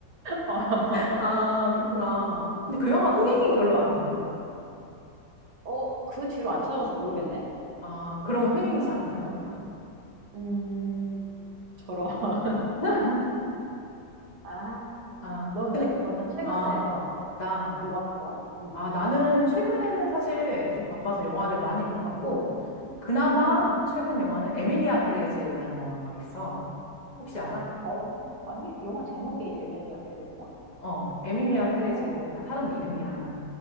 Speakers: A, on the right; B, on the left.
A: 어,
B: 아, 그렇구나. 근데 그 영화 흥행이
A: 어,
B: 별로 안 됐나?
A: 어, 그 뒤로 안 찾아봐서 모르겠네?
B: 아, 그러면 흥행이 잘 안 됐나 보다.
A: 음, 저런. <laughs>
B: <laughs>
A: 아,
B: 아,
A: 너는,
B: 근데,
A: 너는 최근에,
B: 아,
A: 어,
B: 나,
A: 뭐 봤어? 응.
B: 아, 나는 최근에는 사실 좀 바빠서 영화를 많이 못 봤고, 그나마
A: 음,
B: 최근 영화는 에밀리아 페레즈란 영화가 있어. 혹시 알아?
A: 어, 아니, 영화 제목이 에밀리아 페레스야?
B: 어, 에밀리아 페레즈가
A: 어,
B: 사람 이름이야.